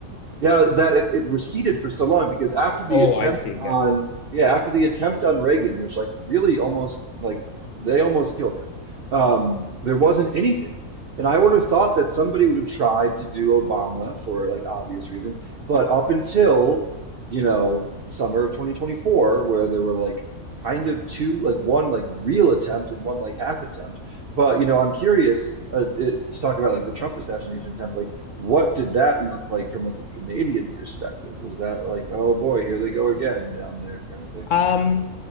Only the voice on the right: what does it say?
Yeah, that it, it receded for so long because after the
attempt
on
yeah, after the attempt on Reagan, which like really almost like they almost killed him, um, there wasn't anything. And I would have thought that somebody would have tried to do Obama for like obvious reasons, but up until, you know, summer of 2024, where there were like kind of two, like one like real attempt and one like half attempt. But you know, I'm curious uh, it, to talk about like the Trump assassination attempt. Like what did that look like from like a Canadian perspective? Was that like, oh boy, here they go again down there kind of thing?